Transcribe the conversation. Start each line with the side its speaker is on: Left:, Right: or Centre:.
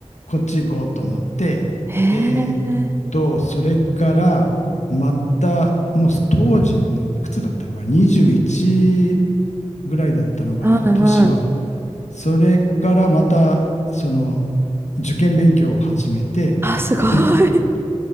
Left: こっち行こうと思って、
Right: へえ。
Left: えーっと、それから、また、もう当時の、いくつだったのかな、21ぐらいだったのかな、
Right: はいはい。
Left: 年は。それからまた、その、受験勉強を始めて、
Right: あ、すごい。
Left: <clears throat>